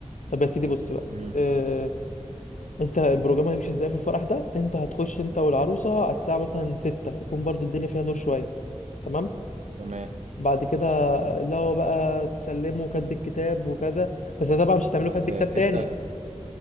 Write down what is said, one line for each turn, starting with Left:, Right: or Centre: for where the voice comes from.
Left: طب يا سيدي بص بقى
Right: امم
Left: اه... انت البروجرام هيمشي ازاي في الفرح ده انت هتخش انت والعروسه على الساعه مثلا 6 يكون برضو الدنيا فيها نور شويه تمام
Right: تمام
Left: بعد كده لا هو بقى تسلمه كاتب الكتاب وكذا بس طبعا مش هتعمله
Right: بس
Left: كاتب كتاب
Right: ستة
Left: تاني